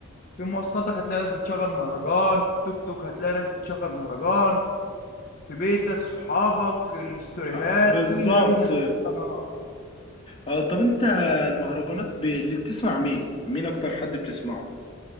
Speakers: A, on the left (about 45°); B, on the left (about 25°).
A: في مواصلاتك هتلاقي ناس بتشغل مهرجان في التوك توك هتلاقي ناس بتشغل مهرجان في بيتك صحابك الاستوريهات
B: آه، بالظبط
A: كل ده بينزله في القناة
B: آه، طب انت المهرجانات ب... اللي بتسمع مين مين اكتر حد بتسمعه